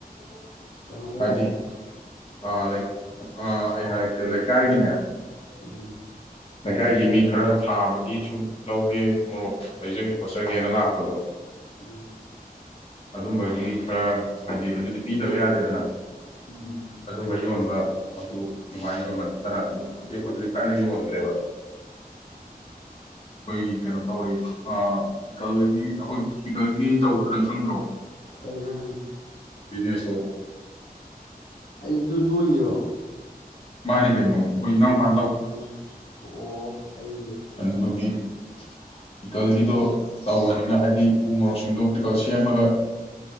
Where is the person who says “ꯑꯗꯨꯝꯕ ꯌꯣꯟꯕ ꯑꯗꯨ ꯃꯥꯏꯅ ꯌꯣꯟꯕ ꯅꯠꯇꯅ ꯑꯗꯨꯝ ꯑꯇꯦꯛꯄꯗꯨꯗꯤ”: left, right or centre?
Left